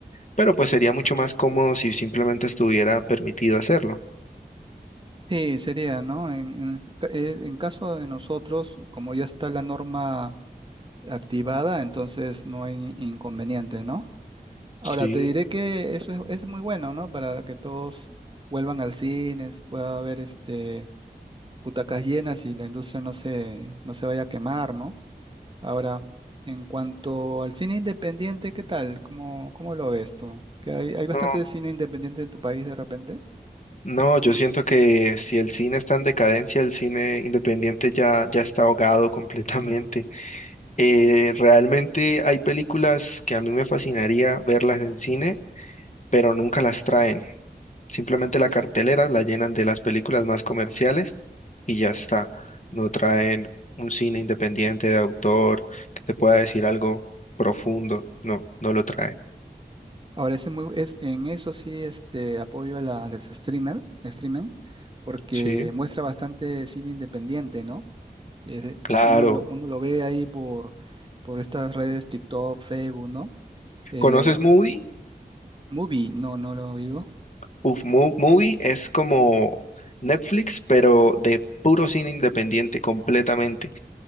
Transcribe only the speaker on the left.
pero pues sería mucho más cómodo si simplemente estuviera permitido hacerlo.
Sí,
No,
no, yo siento que si el cine está en decadencia, el cine independiente ya, ya está ahogado completamente. Eh, realmente hay películas que a mí me fascinaría verlas en cine, pero nunca las traen. Simplemente la cartelera la llenan de las películas más comerciales y ya está. No traen un cine independiente de autor que te pueda decir algo profundo. No, no lo traen.
Sí,
claro.
¿Conoces Movie?
Uf, Mo- Movie es como Netflix, pero de puro cine independiente completamente.